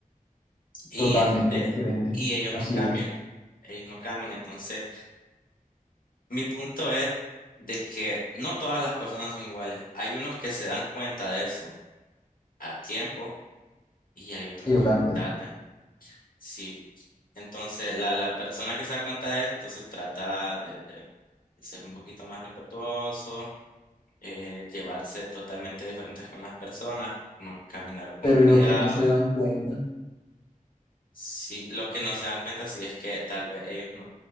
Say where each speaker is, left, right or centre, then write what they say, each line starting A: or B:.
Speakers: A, on the left; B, on the left.
A: Y
B: totalmente
A: este,
B: diferente.
A: y ellos
B: Así
A: no cambian.
B: es.
A: Ellos no cambian. Entonces, mi punto es de que no todas las personas son iguales. Hay unos que se dan cuenta de eso a tiempo y hay otros
B: Y
A: que
B: lo cambian.
A: muy tarde. Sí. Entonces, la, la persona que se da cuenta de eso, entonces trata de, de de ser un poquito más respetuoso eh, llevarse totalmente diferentes con las personas, man- caminar con
B: Pero
A: cuidado.
B: en los que no se dan cuenta
A: Sí, lo que no se dan cuenta sí es que tal vez ellos no